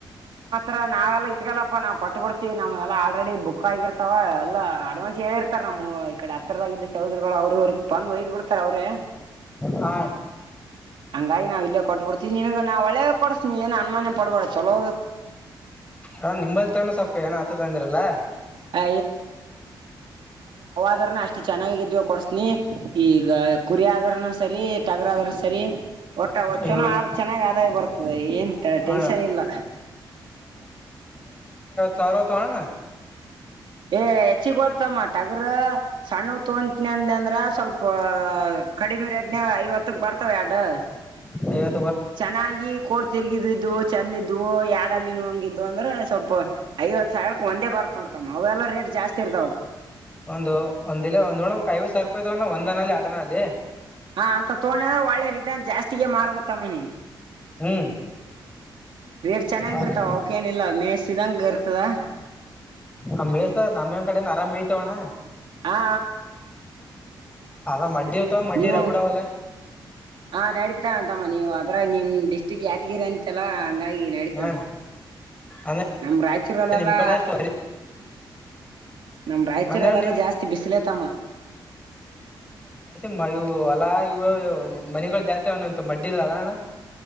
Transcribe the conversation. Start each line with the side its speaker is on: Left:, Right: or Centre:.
Right: ರ ನಾವೆಲ್ಲ ಇಟ್ಗಲ್ಲಪ್ಪ ನಾ ಕೊಟ್ಟುಬಿಡ್ತವಿ ನಮಗೆಲ್ಲ ಆಲ್ರೆಡಿ ಬುಕ್ ಚೆನ್ನಾಗಿರ್ತಾವ ಅಲ್ಲ ಅಡ್ವಾನ್ಸ್ ಹೇಳಿ ಇರ್ತಾರ ನಮ್ಮ ಈ ಕಡೆ ಹತ್ತಿರದಾಗ ಚೌದರಿಗಳು ಅವ್ರ ಬಂದು ಒಯ್ದ್ ಬಿಡ್ತಾರ ಅವ್ರೇ
Left: ಹಾ
Right: ಹಂಗಾಗಿ ನಾವು ಇಲ್ಲೇ ಕೊಟ್ಟ ಕೊಡ್ತೀನಿ ನಿನಗ ನಾ ಒಳ್ಳೆದ್ ಕೊಡ್ಸನಿ ಏನ್ ಅನ್ಮಾನ ಪಡ್ಬಾರಡ ಚಲೋ
Left: ಹ ನಿಂಬಲ್ ತ ಸೊಪ್ಪು ಏನ ಆತ ತಂದಿರಲ್ಲಾ
Right: ಆ ಟಗರಿನ ಅಷ್ಟು ಚೆನ್ನಾಗಿ ಇದ ಕೊಡ್ಸ್ನಿ ಈಗ ಕುರಿ ಅದ್ರನು ಸರಿ ಟಗರ್ ಅದ್ರ ಸರಿ ಒಟ್ಟ ಒ ಚನೋ
Left: ಈಗ ಒಂದ್
Right: ಚೆನ್ನಾಗ್ ಆದಾಯ ಬರ್ತದೆ ಏನ್
Left: ಹ
Right: ಟೆನ್ಷನ್ ಇಲ್ಲ
Left: ಸಾರೋ ತ ಹ
Right: ಏ ಹೆಚ್ಚಿಗೆ ಓದ್ತ ಮಾ ಟಗರು ಸಣ್ಣ ತೋನ ಅ ಅಂದ್ರ ಸ್ವಲ್ಪ ಕಡಿಮೆ ರೇಟ್ ಐವತ್ತಕ್ ಬರ್ತಾವ ಎರಡು
Left: ಐವತ್
Right: ಚೆನ್ನಾಗಿ ಕೋಡ್ ತಿರುಗಿದು ಚಂದಿದ್ದು ಯಾಡಲ್ಲಿ ನ ಹಂಗಿದ್ದು ಅಂದ್ರೆ ಸ್ವಲ್ಪ ಐವತ್ತು ಸಾವಿರಕ್ಕೆ ಒಂದೇ ಬರ್ತ್ ನೋಡ್ತಮ್ಮ ಅವೆಲ್ಲ ರೇಟ್ ಜಾಸ್ತಿ ಇರ್ತಾವಕ್
Left: ಒಂದು ಒಂದಿಲ್ಲ ಒಂದ್ ನೋಡಕ್ ಐವತ್ತು ಸಾವರ ರೂಪಾಯಿದವನ ಒಂದನಲ್ಲಿ ಅಡನಾಲಲ್ಲಿ
Right: ಹ ಅಂತ ತೊಡ ಅಂದ್ರೆ ಒಳ್ಳೆ ರಿಟರ್ನ್ ಜಾಸ್ತಿಗೆ ಮಾರ್ಬತ್ತಮ್ಮನನ್
Left: ಹ್ಮ್
Right: ರೇಟ್ ಚೆನ್ನಾಗಿರ್ತಾವ
Left: ಓಕೆ
Right: ಅವಕೇಏನ ಇಿಲ್ಲ ಮೇಯಸಿದಂಗ ಇರ್ತ ಸವಾ <inaudible>
Left: ಆ ಮೇಸ ನಮೇನ್ ಕಡೆನ ಅರಾಮಿ ಮತವಣ್ಣ
Right: ಹಾ
Left: ಅದ ಮಡ್ಡಿ ಇರ್ತಾವ ಮಡ್ಡಿ
Right: ನೀವು
Left: ರಗುಡವಲ್ಲ
Right: ಹ ನಡೀತಾ ಅಂತಮ್ಮ ನೀವು ಅದರ ನಿಮ್ ಡಿಸ್ಟ್ರಿಕ್ ಈರಂಂತಲ ಚಂದಾಗಿ ನಡೆದ
Left: ಹಾ ಅಣ್ಣ ಅಂದ್ರ
Right: ನಮ ರಾಯಚೂರಲ್ಲೆಲ್ಲಾ
Left: ನಿಮ್ ಕಡೆ ಅಷ್ಟು
Right: ನಮ ರಾಯಚೂರಲ್ಲೆಲ್ಲಾ
Left: ಅಂದ್ರ ನಿಮ್
Right: ಜಾಸ್ತಿ ಬಿಸಿಲತಮ್ಮ
Left: ಮ್ಮ ಇವು ಅಲ್ಲಾ ಇವು ಮನೆಗಳು ಜಾಸ್ತಿ ಅವಣಂತ ಮಡ್ಡಿಲ್ಲಲ್ಲ ಅಣ್ಣ